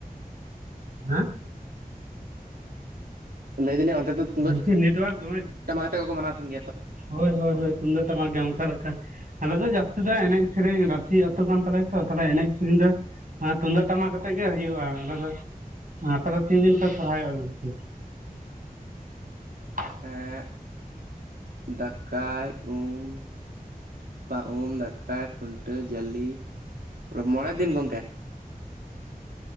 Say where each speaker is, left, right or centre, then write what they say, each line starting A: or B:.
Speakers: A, on the right (about 60°); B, on the right (about 80°).
A: <unintelligible>
B: ᱞᱟᱹᱭ ᱫᱟᱞᱤᱧ ᱚᱱᱛᱮ ᱫᱚ ᱛᱩᱢᱫᱟᱹᱜ
A: ᱜᱚᱝᱠᱮ ᱱᱮᱴᱣᱟᱨᱠ ᱫᱚᱢᱮ
B: ᱴᱟᱢᱟᱠ ᱟᱛᱮ ᱜᱮᱠᱚ ᱢᱟᱱᱟᱣ ᱛᱟᱦᱮᱱ ᱜᱮᱭᱟ ᱛᱚ ᱾
A: ᱦᱳᱭ ᱦᱳᱭ ᱦᱳᱭ ᱛᱩᱫᱟᱜ ᱴᱟᱢᱟᱠ ᱜᱮ ᱚᱱᱠᱟ ᱞᱮᱠᱟ ᱟᱞᱮ ᱫᱚ ᱡᱟᱹᱥᱛᱤ ᱫᱚ ᱮᱱᱮᱡ ᱥᱮᱨᱮᱧ ᱨᱟᱥᱤ ᱟᱹᱛᱩ ᱠᱟᱱ ᱛᱟᱞᱮᱭᱟ ᱛᱚ ᱛᱮ ᱮᱱᱮᱡ ᱥᱮᱨᱮᱧ ᱫᱚ ᱛᱩᱢᱫᱟᱹᱜ ᱴᱟᱢᱟᱠ ᱟᱛᱮᱜ ᱜᱮ ᱦᱩᱭᱩᱜᱼᱟ ᱟᱞᱮ ᱫᱚ, ᱟᱯᱮ ᱫᱚ ᱛᱤᱱ ᱫᱤᱱ ᱯᱮ ᱥᱚᱨᱦᱟᱭᱚᱜᱼᱟ ᱜᱚᱝᱠᱮ? <unintelligible>
B: ᱮᱸᱜ ᱫᱟᱠᱟᱭ ᱩᱢ᱾ ᱵᱟ ᱩᱢ ᱫᱟᱠᱟ ᱠᱷᱩᱱᱴᱟᱹᱣ ᱡᱟᱹᱞᱤ ᱢᱚᱬᱮ ᱫᱤᱱ ᱜᱚᱝᱠᱮ᱾